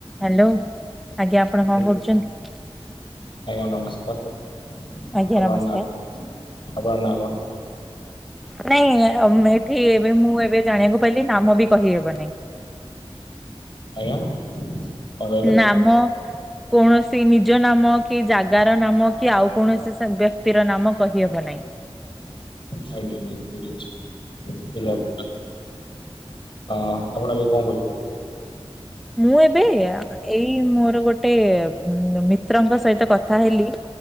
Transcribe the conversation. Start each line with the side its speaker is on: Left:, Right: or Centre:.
Centre: Hello, ଆଜ୍ଞା ଆପଣ
Left: ହ୍ୟାଲୋ
Centre: କଣ କରୁଛନ୍ତି?
Left: ଆଜ୍ଞା ନମସ୍କାର।
Centre: ଆଜ୍ଞା
Left: ଆପଣଙ୍କର
Centre: ନମସ୍କାର
Left: ନାଁ, ଆପଣଙ୍କର ନାଁ କଣ?
Centre: ନାଇଁ ଅମ୍ ଏଠି ଏବେ ମୁଁ ଏବେ ଜାଣିଆକୁ ପାଇଲିି, ନାମ ବି କହିହେବ ନାଇଁ।
Left: ଆଜ୍ଞା? କଣ କହିଲେ?
Centre: ନାମ, କୌଣସି ନିଜ ନାମ, କି ଜାଗାର ନାମ କି ଆଉ କୌଣସି ସେ ବ୍ୟକ୍ତିର ନାମ କହିହେବ ନାହିଁ।
Left: ଆଜ୍ଞା ଆଜ୍ଞା ଠିକ ଅଛି। <unintelligible> ହଁ ଆପଣ ଏବେ କଣ କରୁଛ
Centre: ମୁଁ ଏବେ, ଏଇ ମୋର ଗୋଟେ ମିତ୍ରଙ୍କ ସହିତ କଥା ହେଲି